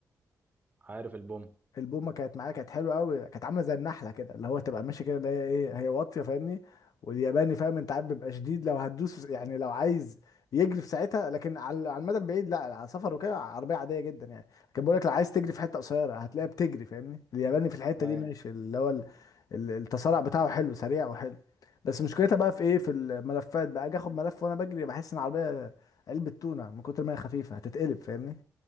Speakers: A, on the right; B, on the left.
A: عارف البوم
B: البومه كانت معايا كانت حلوه قوي كانت عامله زي النحله كده اللي هو تبقى ماشي كده اللي هي ايه هي واطيه فاهمني والياباني فاهم انت عارف بيبقى شديد لو هتدوس يعني لو عايز يجري في ساعتها لكن على على المدى البعيد لا على سفر وكده عربيه عاديه جدا يعني كان بيقول لك لو عايز تجري في حته قصيره هتلاقيها بتجري فاهمني الياباني في الحته
A: اي
B: دي ماشي اللي هو ال- ال- التسارع بتاعه حلو سريع وحلو بس مشكلتها بقى في ايه في الملفات بقى اجي اخد ملف وانا بجري بحس ان العربيه علبه تونه من كتر ما هي خفيفه هتتقلب فاهمني